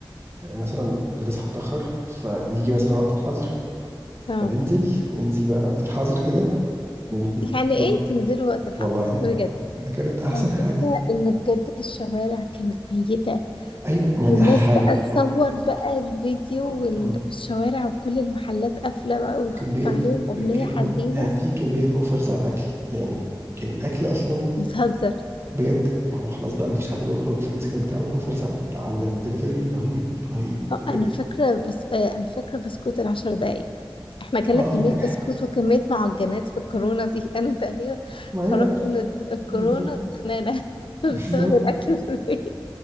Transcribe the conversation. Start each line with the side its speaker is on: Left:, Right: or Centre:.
Right: مثلا بنصحى متأخر فيجي مثلا وقت الحظر
Left: اه
Right: فننزل ننزل بقى وقت الحظر كده نخ-
Left: يعني ايه
Right: نخ-
Left: تنزلوا وقت الحظ
Right: والله
Left: بجد
Right: ده كانت أحسن
Left: انا فاكره
Right: حاجة
Left: ان بجد الشوارع كانت ميته
Right: أيوة ما
Left: والناس
Right: دي أحلى حاجة
Left: بقى تصور بقى الفيديو
Right: <clears throat>
Left: وال- والشوارع وكل المحلات قافله بقى
Right: ده
Left: ويحط
Right: كمية
Left: عليهم اغنيه
Right: ده كان
Left: حزينه
Right: وقتها في كمية أوفرز على الأكل يعني كان الأكل أصلا
Left: بتهزر
Right: بجد ما هو خلاص بقى ما فيش حد بيخرج فالناس كانت بتعمل أوفرز على على الدليفري رهيب رهيب
Left: اه
Right: بجد
Left: انا فاكره بس آه، انا فاكره بسكوت العشر دقايق احنا كنا
Right: أه
Left: كميه
Right: فاكر
Left: بسكوت وكميه معجنات في الكورونا دي <laughs> انا تقريبا
Right: <laughs> ما
Left: خرجت
Right: أيوة
Left: من الت- الكورونا
Right: بالظبط
Left: تخنانه <laughs>
Right: بالظبط
Left: بسبب الاكل في البيت